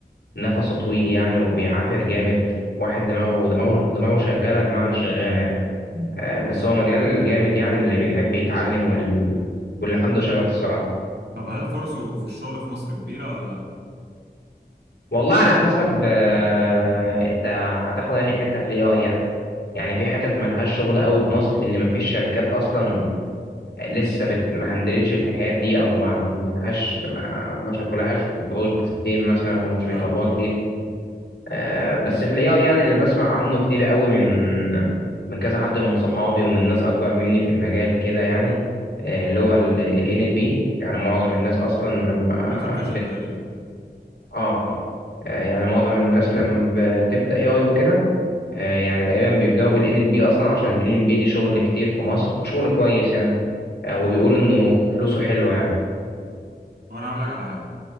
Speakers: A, on the left; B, on the right.
A: نفسه طويل يعني وبيعافر جامد واحد دماغه دماغه دماغه شغاله بمعنى شغاله يعني
B: مم.
A: آه، بس هو مجال جامد يعني اللي بيحب يتعلم وال... واللي عنده شغف الصراحة
B: طب هل فرصه في الشغل في مصر كبيرة ولا لأ؟
A: والله على حسب آه، انت هتاخد انهي حتة في الاي اي يعني يعني في حتت ملهاش شغل قوي في مصر لان مفيش شركات اصلا لسه بت... ما هندلتش الحكايات دي او ما ملهاش ما, ما شافولهاش بروجكت كتير مثلا او مش
B: فاهمك
A: بيطبقوها كتير
B: اه
A: آه، بس في الاي اي يعني اللي بسمع عنه كتير قوي من من كذا حد من صحابي ومن ناس اكبر مني في المجال كده يعني آه، اللي هو ال ان ال بي يعني معظم الناس اصلا لما
B: الكمبيوتر فيجن
A: بت...
B: تقريبا
A: اه آه، يعني معظم الناس لما بتبدا اي اي وكده آه، يعني تقريبا بيبداوا بالان ال بي اصلا عشان الان ال بي دي شغل كتير في مصر وشغل كويس يعني آه، وبيقولوا
B: امم
A: انه فلوسه حلوه يعني
B: وانا هقول لك على حاجة